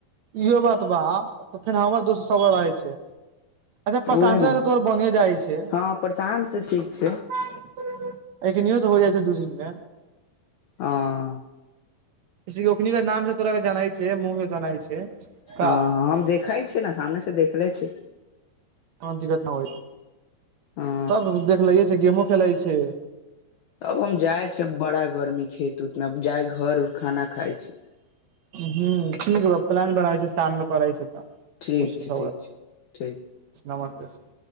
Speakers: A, on the right; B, on the left.
A: इहो बात बा तऽ फेर हमर दोस्त सबगो रहै छै अच्छा पशानस
B: उहे ने
A: त तोर बनिए जाइ छै
B: हँ प्रशांत से ठीक छै
A: <unintelligible> एखनो से हो जाइ छै दू दिन मे
B: आँ
A: से ओखनीके नाम तोरा के जानै छै मुह जनाई छै
B: हँ
A: का
B: हम देखै छियै ने सामने से देखले छी
A: को दिक्कत न हो
B: हँ
A: तब देख ल छै गेमो खेलै छै
B: अब हम जाइ छै बड़ा गर्मी छैत उत मे जाय घर उर खाना खाय छै
A: ह कीहो प्लान बनाबै छै सामने करै छै तऽ
B: ठीक
A: खुछकेर
B: छै ठीक छै ठीक
A: नमस्ते <unintelligible>